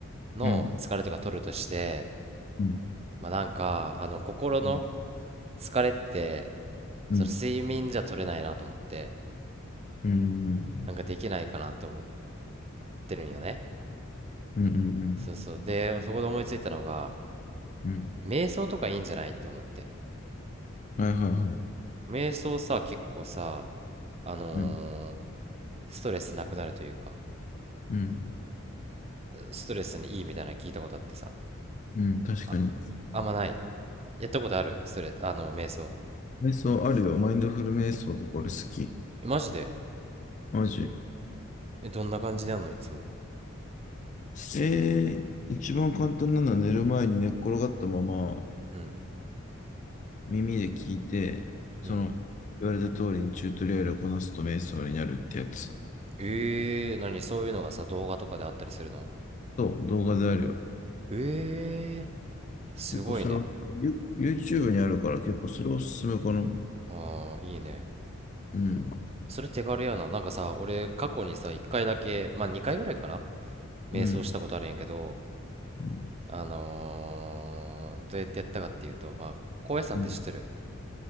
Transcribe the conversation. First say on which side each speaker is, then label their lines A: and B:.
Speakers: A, on the right; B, on the left.
A: の疲れとか取るとして、
B: うん、うん、
A: まあなんか、あの、心の
B: うん、
A: 疲れって、
B: うん、
A: その睡眠じゃ取れないなと思って、
B: うん、
A: なんかできないかなと思っってるんよね。
B: うん、うん、うん、
A: そうそう。で、そこで思いついたのが、
B: うん。
A: 瞑想とかいいんじゃないって思って。
B: はい、はい、はい。
A: 瞑想さ、結構さ、あのー
B: うん、
A: ストレスなくなるというか、
B: うん、
A: ストレスにいいみたいなの聞いたことあってさ、
B: うん、確かに。
A: あ、あんまない。やったことあるストレ、あの、瞑想。
B: 瞑想あるよ。マインドフル瞑想とか俺好き。
A: え、マジで
B: マジ。
A: え、どんな感じでやんのいつも。
B: えー、一番簡単なのは寝る前に寝っ転がったまま
A: うん、
B: 耳で聞いて、その言われた通りにチュートリアルをこなすと瞑想になるってやつ。
A: うん。えー、何そういうのがさ、動画とかであったりするの
B: そう、動画であるよ。
A: えー、すごいね。
B: 結構それは、ユ YouTube にあるから結構それおすすめかな。
A: あーいいね。
B: うん。
A: それ手軽やな。なんかさ、俺、過去にさ、1回だけ、まあ2回ぐらいかな瞑想したことあるんやけど
B: うん。うん
A: あのーどうやってやったかっていうとまあ高野山って知ってる
B: うん。